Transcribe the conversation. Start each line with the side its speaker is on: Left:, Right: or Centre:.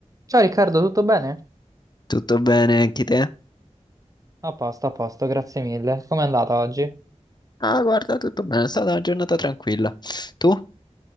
Right: Ciao Riccardo, tutto bene?
Left: Tutto bene anche te?
Right: A posto, a posto, grazie mille. Com'è andata oggi?
Left: Ah, guarda, tutto bene, è stata una giornata tranquilla. Tu?